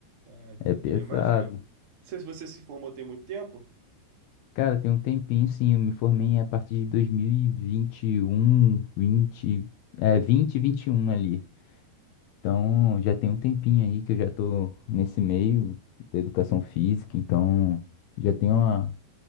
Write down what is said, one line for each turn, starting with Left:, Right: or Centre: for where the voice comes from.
Right: Ah, entendi,
Left: É pesado.
Right: imagino. Não sei se você se formou tem muito tempo.
Left: Cara, tem um tempinho sim, eu me formei a partir de 2021, 20, é, 20, 21 ali. Então, já tem um tempinho aí que eu já tô nesse meio da educação física, então já tenho uma,